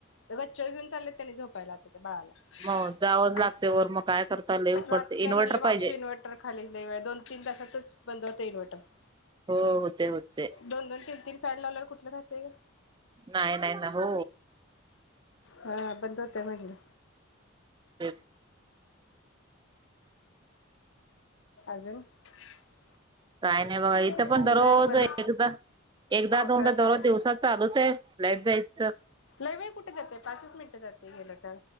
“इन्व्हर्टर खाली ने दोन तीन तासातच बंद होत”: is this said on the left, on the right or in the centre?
Left